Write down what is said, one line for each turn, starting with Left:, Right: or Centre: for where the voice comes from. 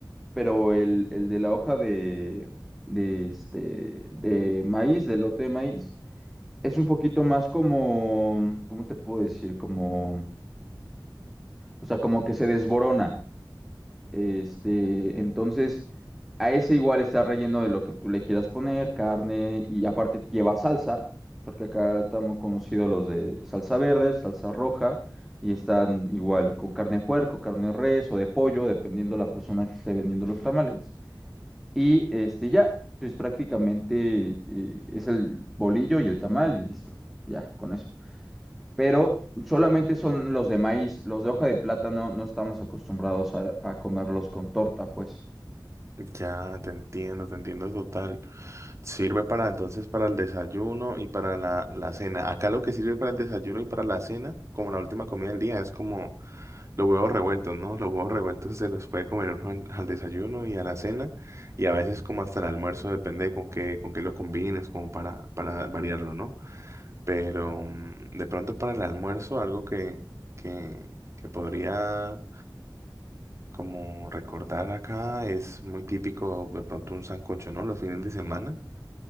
Centre: pero el, el de la hoja de, de, este, de maíz, del lote de maíz, es un poquito más como, ¿cómo te puedo decir? Como, o sea, como que se desborona. Este, entonces, a ese igual está relleno de lo que tú le quieras poner, carne, y aparte lleva salsa, porque acá estamos conocidos los de salsa verde, salsa roja, y están igual con carne de puerco, carne de res o de pollo, dependiendo la persona que esté vendiendo los tamales. Y este, ya, pues prácticamente eh, es el bolillo y el tamal y listo, ya, con eso pero solamente son los de maíz, los de hoja de plátano no estamos acostumbrados a, a comerlos con torta, pues.
Right: Ya, te entiendo, te entiendo total. Sirve para entonces para el desayuno y para la, la cena. Acá lo que sirve para el desayuno y para la cena, como la última comida del día, es como Los huevos revueltos, ¿no? Los huevos revueltos se los puede comer uno al, al desayuno y a la cena y a veces como hasta el almuerzo, depende de con qué, con qué lo combines, como para, para variarlo, ¿no? Pero mm, de pronto para el almuerzo, algo que, que, que podría como recordar acá es muy típico de pronto un sancocho, ¿no? Los fines de semana.